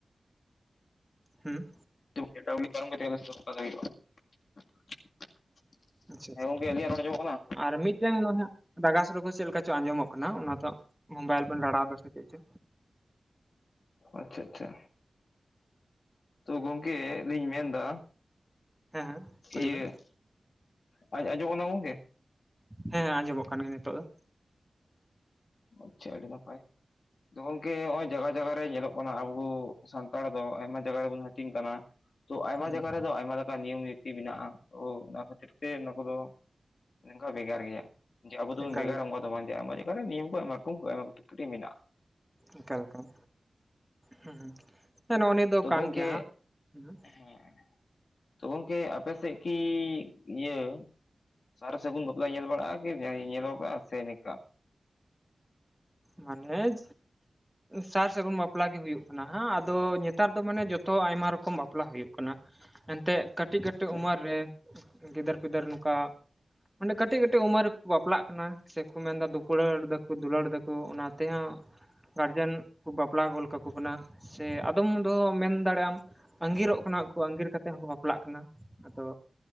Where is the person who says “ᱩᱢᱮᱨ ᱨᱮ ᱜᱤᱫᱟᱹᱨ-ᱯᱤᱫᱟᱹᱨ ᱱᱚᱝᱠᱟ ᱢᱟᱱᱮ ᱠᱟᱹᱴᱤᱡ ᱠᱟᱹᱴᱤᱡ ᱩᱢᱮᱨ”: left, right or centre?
Centre